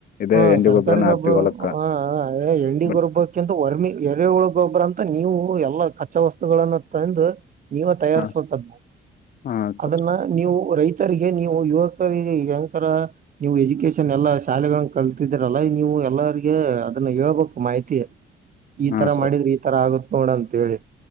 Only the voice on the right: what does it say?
ಹ
ಸರ್ಕಾರಿ
ಗೊಬ್ರ
ಹ ಹ ಎನ್ ಡಿ
ಗರಬ್ಬಕಿಂತ ವರ್ಮಿ ಎರೆ ಹುಳಗೊಬ್ಬ್ರ ಅಂತ ನೀವು ಎಲ್ಲಾ ಕಚ್ಚಾ ವಸ್ತುಗಳನ್ನ ತಂದ ನೀವ ತಯಾರಿಸಬೇಕಾದ್ನಾ
ಅದನ್ನ ಅದನ್ನ ನೀವು ರೈತ ತರ್ಗೆ ನೀವು ಯುವಕರಿಗೆ ಯಂತರ ನೀವು ಎಜುಕೇಶನ್ ಎಲ್ಲಾ ಶಾಲೆಗಳಗಳನ್ನು ಕಲ್ತಿದರಲ್ಲ ನೀವು ಎಲ್ಲರಿಗ ಅದನ್ನ ಹೇಳ್ಬೇಕ ಮಾಹಿತಿ ಈ
ತರ
ಮಾಡಿದ್ರೆ ಈ ತರ ಆಗತ್ ನೋಡ ಅಂತ ಹೇಳಿ